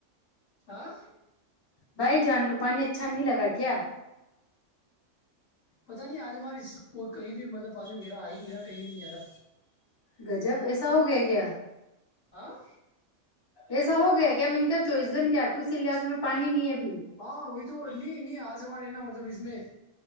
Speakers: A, on the left; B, on the left.
A: ہاں
B: بھائی جان کو پانی اچھا نہیں لگا کیا
A: پتا نہیں آج ہماری کو کہیں بھی مطلب پانی وغیرہ آ ہی نہیں رہا کہیں بھی نہیں آ رہا
B: گجب ایسا ہو گیا کیا
A: آاں
B: ایسا ہو گیا میں ان کا چوائس گنٹ آتی ہوںی لیے آے میں پانی نہیں ہے بھی
A: ہاں وہی تو نہیں نہیں آج ہمارے نا مطلب اس میں